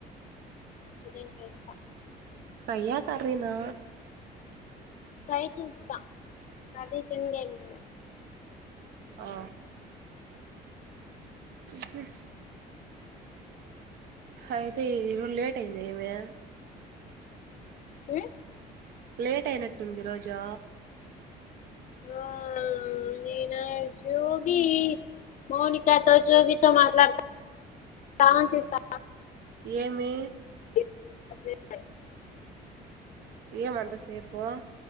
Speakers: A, on the left; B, on the right.
A: చికెన్ చేస్తా
B: ఫ్రైయ్య కర్రీనా
A: ఫ్రై చేస్తా అదే తిందేమో
B: ఆ ఉహు అయితే ఈరోజు లేట్ అయిందే ఏమి
A: ఉ
B: లేట్ అయినట్టుంది ఈరోజు
A: ఆ నేను జోగి మౌనికతో జోగితో మాట్లాడతా <unintelligible> స్తా
B: ఏమి
A: <inaudible>
B: ఏమంత సేపు